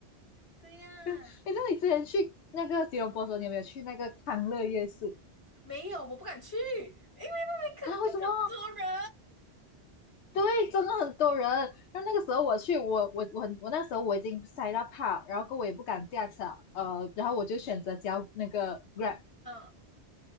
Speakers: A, on the left (about 20°); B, on the left (about 75°).
A: 对呀，
B: 哎，那你之前去那个吉隆坡的时候，你有没有去那个康乐夜市
A: 没有，我不敢去，因为那边肯定很多人。
B: 啊？为什么？对，真的很多人。然后那个时候我去，我我我很我那时候我已经塞到怕，然后我也不敢驾车，呃，然后我就选择交那个 Grab。
A: 嗯，